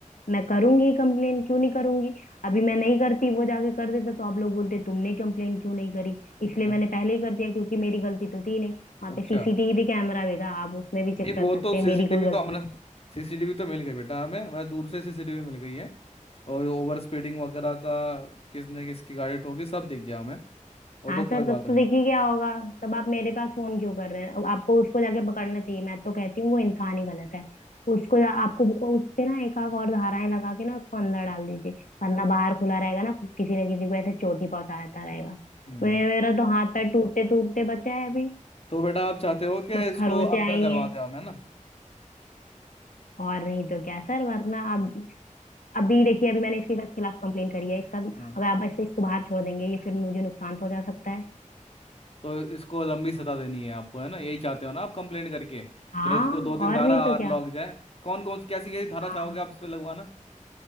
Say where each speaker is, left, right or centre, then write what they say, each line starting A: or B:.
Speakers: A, on the left; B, on the left.
A: मैं करूंगी कंप्लेन क्यों नहीं करूंगी अभी मैं नहीं करती वो जाके कर देता तो आप लोग बोलते तुमने कंप्लेन क्यों नहीं करी
B: अच्छा
A: इसलिए मैंने पहले ही कर दिया क्योंकि मेरी गलती तो थी नहीं वहां
B: अच्छा
A: पे सीसीटीवी कैमरा भी था आप उसमें भी चेक
B: नहीं वो
A: कर सकते
B: तो
A: हैं
B: सीसीटीवी
A: मेरी कोई
B: तो
A: गलती
B: हमने
A: नहीं
B: सीसीटीवी तो मिल गई बेटा हमें हमें दूर से सीसीटीवी मिल गई है और ओवर स्पीडिंग वगैरह का किसने किसकी गाड़ी ठोकी सब दिख गया हमें वो
A: हाँ
B: तो
A: सर
B: कोई
A: तब
B: बात नहीं
A: तो देखिए क्या होगा तब आप मेरे पास फोन क्यों कर रहे हैं अब आपको उसको जाके पकड़ना चाहिए मैं तो कहती हूँ वो इंसान ही गलत है उसको जा- आपको वो- उस पे ना एक आध और धाराएं लगा के ना उसको अंदर डाल दीजिए वरना बाहर खुला रहेगा ना किसी ना किसी को ऐसे चोट ही पहुंचा रहता रहेगा
B: हम्म
A: मेरा मेरा तो हाथ पैर टूटते टूटते बचा है अभी
B: तो बेटा आप चाहते हो कि
A: बस
B: इसको
A: खरोचे
B: अंदर
A: आई
B: करवा
A: हैं
B: दें हम है ना
A: और नहीं तो क्या सर वरना अब अभी देखिए अभी मैंने इसके खिलाफ कंप्लेन करी है इसका अगर
B: हाँ
A: आप ऐसे इसको बाहर छोड़ देंगे ये फिर मुझे नुकसान पहुंचा सकता है
B: तो इसको लंबी सजा देनी है आपको है ना यही चाहते हो ना आप कंप्लेंट करके
A: हाँ
B: कि इसको दो तीन
A: और
B: धारा
A: नहीं तो
B: और
A: क्या
B: लग जाए कौन कौन कैसी कैसी धारा
A: हाँ
B: चाहोगे आप इस पे लगवाना